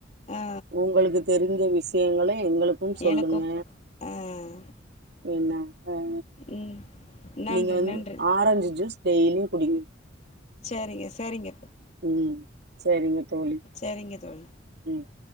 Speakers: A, on the left; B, on the right.
A: ஆ
B: உங்களுக்கு தெரிஞ்ச விஷயங்கள எங்களுக்கு சொல்லுங்க
A: எனக்கு ஆ
B: என்ன ஹ
A: ம் நன்றி
B: நீங்க வந்து
A: நன்றி
B: ஆரஞ்சு ஜூஸ் டெய்லியு குடிங்க
A: சரிங்க சரிங்க
B: ம் சரிங்க தோழி
A: சரிங்க தோழி
B: ம்